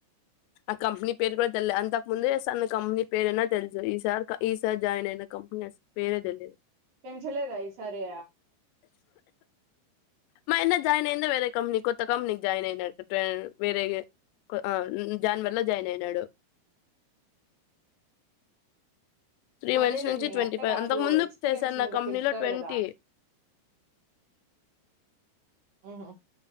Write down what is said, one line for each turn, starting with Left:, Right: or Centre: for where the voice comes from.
Left: ఆ కంపెనీ పేరు కూడా తెలిలే అంతకు ముందే సన్ కంపెనీ పేరు అయినా తెలుసు ఈ సార్ ఈ సార్ జాయిన్ అయిన కంపెని పేరే తెలీదు
Right: పెంచలేద ఈ సారి
Left: మాయన్న జాయిన్ అయిందే వేరే కంపెనీ కొత్త కంపెనీకి జాయిన్ అయ్యిండంట పే వేరేగే ఆ జానవరి లో జాయిన్ అయినాడు త్రీ
Right: అదేలే
Left: మంత్స్ నుంచి
Right: మీ
Left: ట్వంటీ
Right: అట్ట
Left: ఫైవ్
Right: కాదు
Left: అంతకు ముందు
Right: ఎక్స్పీరియన్స్
Left: చేస్తన్న
Right: మీద
Left: కంపెనీలో
Right: పెంచుతారు
Left: ట్వంటీ
Right: కదా ఉహు